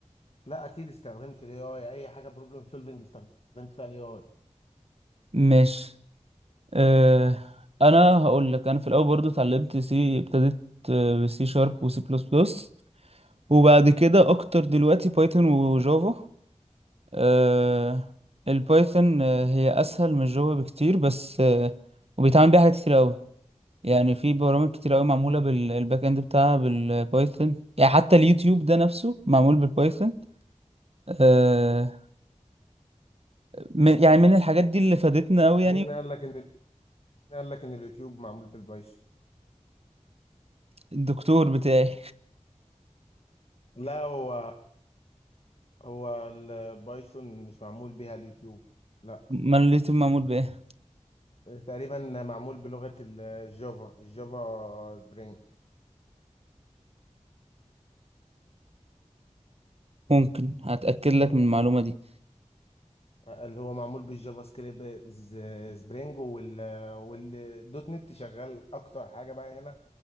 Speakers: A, on the left; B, on the right.
A: لا اكيد استخدمت الاي اي اي حاجه بروبلم سولفنج استخدمت فيها الاي اي
B: ماشي أه... انا هقول لك انا في الاول برضو اتعلمت سي ابتديت بسي شارب وسي بلس بلس وبعد كده اكتر دلوقتي بايثون وجافا آه، البايثون آه، هي اسهل من الجافا بكتير بس آه، وبيتعمل بيها حاجات كتير قوي يعني في برامج كتير قوي معموله بالباك اند بتاعها بالبايثون يعني حتى اليوتيوب ده نفسه معمول بالبايثون آه، م- يعني من الحاجات دي اللي فادتنا قوي يعني
A: مين قال لك ان مين قال لك ان اليوتيوب معمول بالبايثون
B: الدكتور بتاعي
A: لا هو هو البايثون مش معمول بيها اليوتيوب
B: <laughs>
A: لا
B: ما اليوتيوب معمول بايه
A: تقريبا معمول بلغه الجافا الجافا سبرينج
B: ممكن هتاكد لك من المعلومه دي
A: اللي هو معمول بالجافا سكريبت ز- سبرينج وال والدوت نت شغال اكتر حاجه بقى هنا